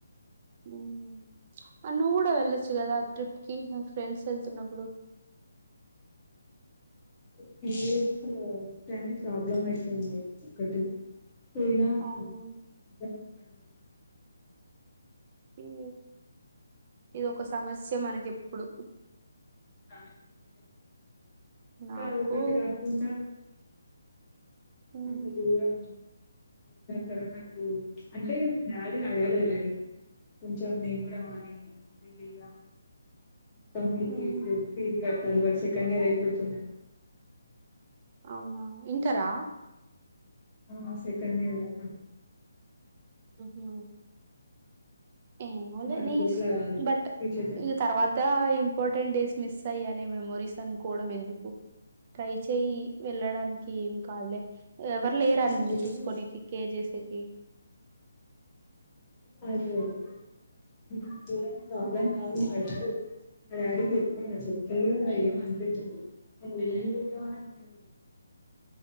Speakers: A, on the right (about 30°); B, on the left (about 20°).
A: ఉహ్ ఆ నువ్వు కూడా వెళ్ళొచ్చు కదా. ఆ ట్రిప్ కి ఫ్రెండ్స్ వెళ్తున్నప్పుడు.
B: పిరెడ్స్ తోనీ ప్రాబ్లమ్ అయిపోంది ఒకటి. పోయినా నేను
A: అవును
B: ఇంట్లనే ఉండాను.
A: ఇది. ఇద ఒక సమస్య మనకేప్పుడు.
B: కామెండ్స్స్కిందే ఇంకాఒకటి
A: నాకు
B: కాకుండా
A: ఉమ్
B: అంత దూరం మా వాళ్ళు నాక్ వద్దారనీ నాకు. అంటే మా డాడీని అడగలేద్లే. నేను కొంచెం నేను గూడా మానీ అది ఇదిగా. తమ్ముడికి
A: ఉమ్
B: ఇప్పుడు ఫీజ్ గాట్ దాని బటి సెకండ్ ఇయర్ అయిపోతుంద్.
A: అవునా ఇంటారా
B: ఆ సెకండ్ ఇయర్ గా తమ్ముడు
A: హహ ఏమోలే
B: అలా
A: నీ
B: గ్రూప్లా
A: ఇష్టం
B: కాదు
A: బట్.
B: స్పీచ్ అయితేనే
A: ఈ తర్వాత ఇంపార్టెంట్ డేస్ మిస్ అయ్యి అనే మెమరీస్ అనుకోవడం ఎందుకు. ట్రై చెయి వెళ్ళడానికి ఏం కాదులే ఎవరు లేరా
B: అదే
A: నిన్ను
B: అయితే
A: చూసుకోనేకి కేర్ జెసేకి
B: రోజు గద వింటే ప్రాబ్లమ్ క అడిగిన. మా డాడీ మా డాడీకీ చెప్పిన చెప్తే ఏం అనలేదు. మరీ ఎడుంటవ్ అని అన్నాడు.